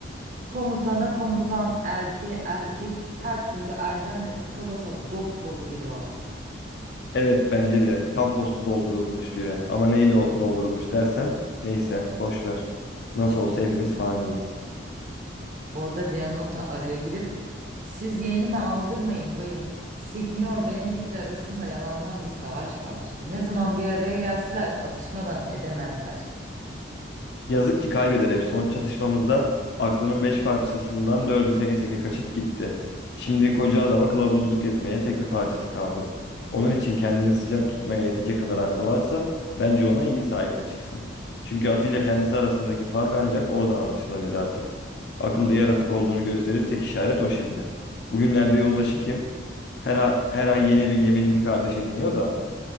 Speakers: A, on the right; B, on the left.
A: Komutana komutan, erkeğe erkek, her türlü erdemle tıka basa dop dolu biri o.
B: Evet bence de tam postu doldurulmuş biri. Ama neyle o- doldurulmuş dersen neyse boş ver. Nasıl olsa hepimiz faniyiz.
A: Orada Leonota araya girip siz yeğenime aldırmayın bayım. Signor Benedik'le arasında yalandan bir savaş var. Ne zaman bir araya gelseler atışmadan edemezler.
B: Yazık ki kaybeder hep. Son çatışmamızda aklının beş parçasından dördü seke seke kaçıp gitti. Şimdi koca adama kılavuzluk etmeye tek bir parçası kaldı. Onun için kendini sıcak tutmaya yetecek kadar aklı varsa bence ona iyi sahip çıksın. Çünkü atıyla kendisi arasındaki fark ancak oradan anlaşılabilir artık. Akıllı yaratık olduğunu gösterir tek işaret o şimdi. Bugünlerde yoldaşı kim? Her, a- her ay yeni bir yeminli kardeş ediniyor da.